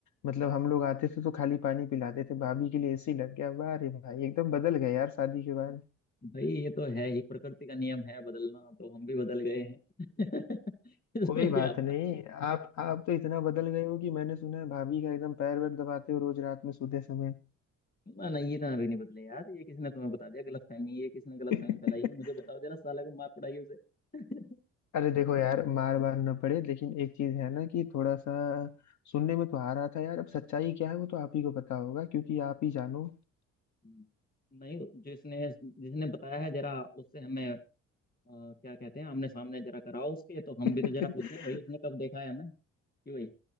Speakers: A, on the left; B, on the left.
A: मतलब हम लोग आते थे तो खाली पानी पिलाते थे भाभी के लिए एसी लग गया बारे भाई एकदम बदल गए यार शादी के बाद
B: भाई ये तो है ही प्रकृति का नियम है बदलना तो हम भी बदल गए हैं <laughs> इसमें
A: कोई बात
B: क्या
A: नहीं आप आप तो इतना बदल गए हो कि मैंने सुना है भाभी का एकदम पैर वैर दबाते हो रोज रात में सोते समय
B: ना नहीं ये ना भी नहीं बदले यार ये किसी ने तुम्हें बता दिया गलतफहमी ये किसी ने गलतफहमी
A: <laughs>
B: फैलाई है मुझे बताओ जरा साला को मार पड़ाई उसे <laughs>
A: अरे देखो यार मार वार न पड़े लेकिन एक चीज है ना कि थोड़ा सा सुनने में तो आ रहा था यार अब सच्चाई क्या है वो तो आप ही को पता होगा क्योंकि आप ही जानो
B: हम्म। नहीं जिसने जिसने बताया है जरा उससे हमें अ, क्या कहते हैं आमने सामने जरा कराओ उसके तो हम
A: <laughs>
B: भी तो जरा पूछे भाई उसने कब देखा है हमें कि भाई